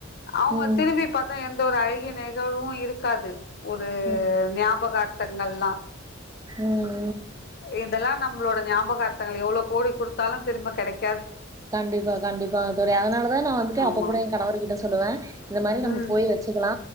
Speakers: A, on the left; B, on the right.
A: அவுங்க
B: ம்
A: திரும்பி பாத்தா எந்த ஒரு ஐ ம் நெகழ்வு இருக்காது ஒரு
B: ம்
A: ஞா பகர்த்தங்கள்லா
B: உம்
A: இதெல்லா நம் உங்ளோட ஞாபகர்த்தங்கள் எவ்ளோ கோடி குடுத்தாலு திரும்ப கெடைக்
B: கண்டிப்பா கண்டிப்பாங்க தோழி அதனாலதா நா வந்துட்டு அப்ப
A: ஆமா
B: கூட எங்கணவர் கிட்ட சொல்லுவே இந்த மாரி நம்ப
A: ம்
B: போய் வச்சுக்கலா